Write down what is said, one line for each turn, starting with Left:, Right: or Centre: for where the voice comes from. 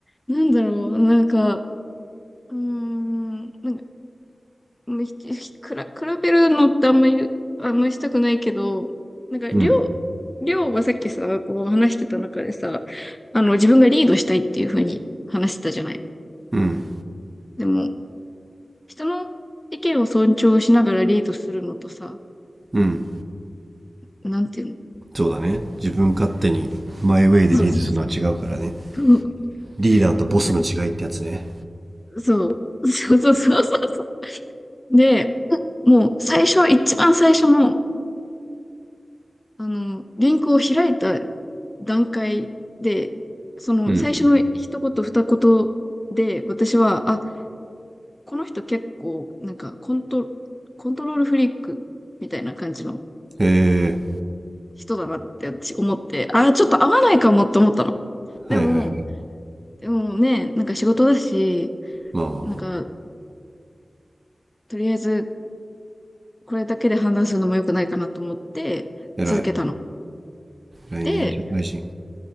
Left: なんだろう、なんか、うーん、なんかむひひくら、比べるのってあんまり、あんまりしたくないけど、なんか、りょう、
Right: うん
Left: りょうはさっきさ、こう話してた中でさ、あの、自分がリードしたいっていうふうに話してたじゃない。
Right: うん
Left: でも、人の意見を尊重しながらリードするのとさ、
Right: うん
Left: んなんていうの
Right: そうだね自分勝手にマイウェイでリードするのは違うからね
Left: そうそう
Right: リーダーとボスの違いってやつね
Left: <laughs> そう。そうそうそうそうそう。で、もう最初、一番最初の、あの、リンクを開いた段階で、その最初の一言二言で、
Right: うん
Left: 私は、あ、この人結構、なんかコント、コントロールフリークみたいな感じの
Right: へえ
Left: 人だなって私思って、あー、ちょっと合わないかもって思ったの。でも、
Right: はいはいはい
Left: でもね、なんか仕事だし、
Right: まあまあまあ
Left: なんか、とりあえずこれだけで判断するのも良くないかなと思って続けたの。
Right: 偉い偉いね社会人
Left: で、